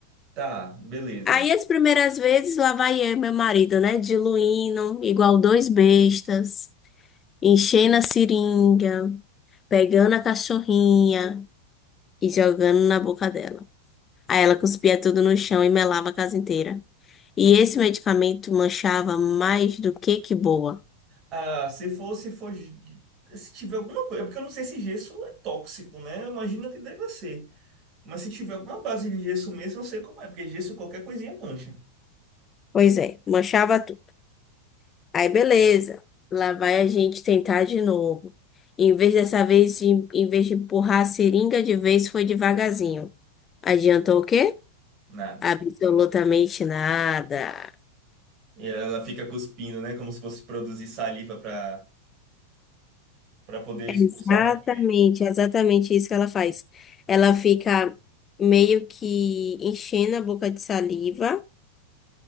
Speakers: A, on the right; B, on the left.
A: Tá, beleza.
B: Aí as primeiras vezes lá vai eu, e meu marido, né? Diluindo, igual dois bestas, enchendo a seringa, pegando a cachorrinha e jogando na boca dela. Aí ela cuspia tudo no chão e melava a casa inteira. E esse medicamento manchava mais do que que boa.
A: Ah, se for, se for, ge- se tiver alguma coisa, porque eu não sei se gesso é tóxico, né? Eu imagino que deve ser. Mas se tiver alguma base de gesso mesmo, eu sei como é, porque gesso qualquer coisinha mancha.
B: Pois é, manchava tudo. Aí beleza, lá vai a gente tentar de novo. Em vez dessa vez, de- em vez de empurrar a seringa de vez, foi devagarzinho. Adiantou o quê?
A: Nada.
B: Absolutamente nada.
A: E ela fica cuspindo, né? Como se fosse produzir saliva para para poder
B: É
A: expulsar
B: Exatamente,
A: o remédio.
B: é exatamente isso que ela faz. Ela fica meio que enchendo a boca de saliva